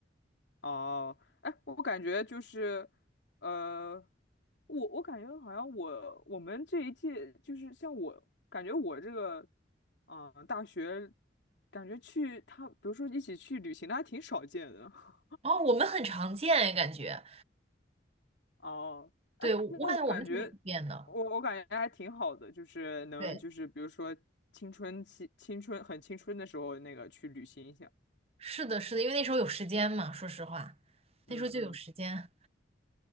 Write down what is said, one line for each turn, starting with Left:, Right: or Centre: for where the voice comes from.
Left: 哦，哎，我感觉就是，呃，我我感觉好像我我们这一届就是像我感觉我这个。嗯，大学感觉去他，比如说一起去旅行的还挺少见的。
Right: 哦，我们很常见哎，感觉，
Left: 哦，哎，
Right: 对，我我感觉我们挺普遍的。
Left: 那我感觉，我我感觉还挺好的，就是能就是比如说青春期、
Right: 对，
Left: 青春很青春的时候，那个去旅行一下。
Right: 是的，是的，因为那时候有时间嘛，说实话，那时候就有时间。
Left: 嗯嗯，